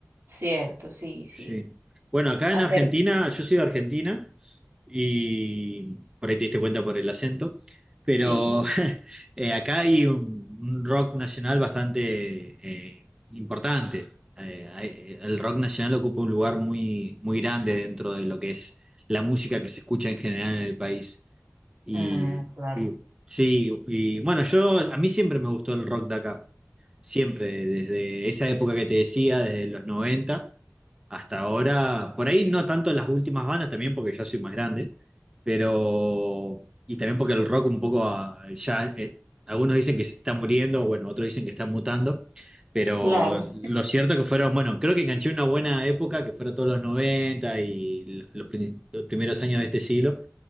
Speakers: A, on the right; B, on the right.
A: Cierto, sí, sí.
B: Sí. Bueno, acá
A: Hacer
B: en Argentina,
A: bien.
B: yo soy de Argentina y por ahí te diste cuenta por el acento, pero
A: Sí.
B: <laughs> eh, acá hay un, un rock nacional bastante eh, importante. Eh, hay- eh, el rock nacional ocupa un lugar muy, muy grande dentro de lo que es la música que se escucha en general en el país. Y,
A: Mm, claro.
B: y- sí, y bueno, yo a mí siempre me gustó el rock de acá. Siempre, desde esa época que te decía, desde los 90 hasta ahora. Por ahí no tanto las últimas bandas, también porque ya soy más grande, pero. Y también porque el rock un poco ah, ya. eh, algunos dicen que se está muriendo, bueno, otros dicen que está mutando. Pero
A: Claro.
B: lo cierto que fueron, bueno, creo que enganché una buena época, que fueron todos los 90 y los, prim- los primeros años de este siglo